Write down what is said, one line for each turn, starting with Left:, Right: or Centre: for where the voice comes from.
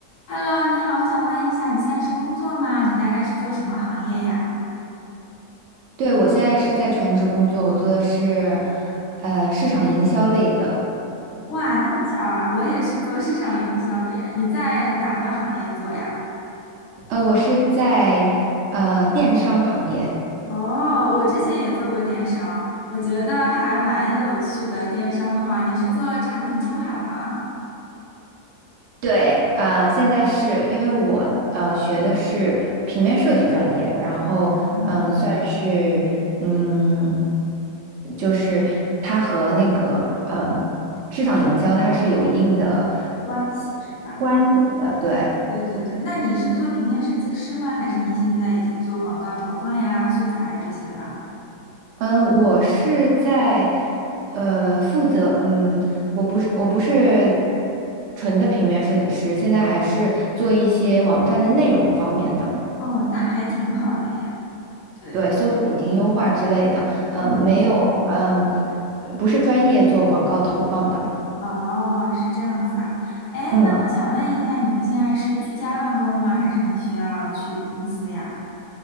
Left: Hello，你好，我想问一下，你现在是工作吗？你大概是做什么行业呀？
Right: 对，我现在是在全职工作，我做的是呃市场营销类的，
Left: 哇，那么巧啊，我也是做市场营销的耶。你在哪个行业做呀？
Right: 呃，我是在呃电商行业。
Left: 哦，我之前也做过电商，我觉得还蛮有趣的。电商的话，你是做产品出海吗？
Right: 对，呃，现在是因为我呃学的是平面设计专业，然后嗯，
Left: 嗯，
Right: 算是嗯，就是它和那个嗯市场营销它是有一定的
Left: 关系是吧？
Right: 关系的，对，
Left: 对对对，那你是做平面设计师吗？还是你现在已经做广告投放呀、素材这些了？
Right: 嗯，我是在呃负责，嗯，我不是我不是纯的平面设计师，现在还是做一些网站的内容方面的，
Left: 哦，那还挺好的耶。对。
Right: 对，搜索引擎优化之类的，嗯，
Left: 嗯
Right: 没有，嗯，不是专业做广告投放的，
Left: 哦，是这样子啊。哎，
Right: 嗯
Left: 那我想问一下，你们现在是居家办公吗？还是你需要去公司呀？